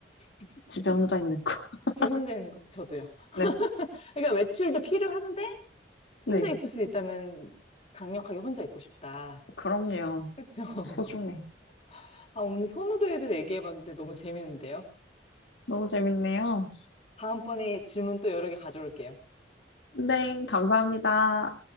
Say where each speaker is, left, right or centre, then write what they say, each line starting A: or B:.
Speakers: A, on the left; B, on the left.
A: <laughs>
B: 집에 혼자 있는 거. <laughs>
A: 집에 혼자 있는 거. 저도요.
B: 네.
A: 그러니까 외출도 필요한데
B: 네.
A: 혼자 있을 수 있다면 강력하게 혼자 있고 싶다.
B: 그럼요.
A: 그쵸. <laughs>
B: 소중해.
A: 아, 오늘 선호도에 대해서 얘기해봤는데 너무 재밌는데요.
B: 너무 재밌네요.
A: 다음번에 질문 또 여러 개 가져올게요.
B: 네, 감사합니다.